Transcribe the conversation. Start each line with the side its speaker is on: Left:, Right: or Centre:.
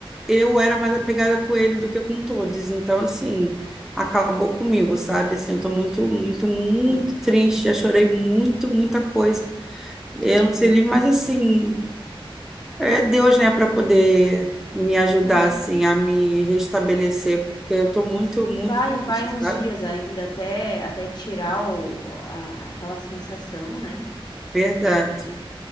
Centre: eu era mais apegada com ele do que com todos. Então, assim, acabou comigo, sabe? Assim, eu tô muito, muito, muito
Left: Hum.
Centre: triste. Já chorei muito, muita coisa. Eu
Left: É,
Centre: não sei
Left: não-
Centre: nem mais assim. É Deus, né, para poder me ajudar,
Left: é.
Centre: assim, a me restabelecer, porque eu tô muito, muito,
Left: E vai, vai uns
Centre: sabe?
Left: dias ainda até, até tirar o- a- aquela sensação, né?
Centre: Verdade.
Left: É,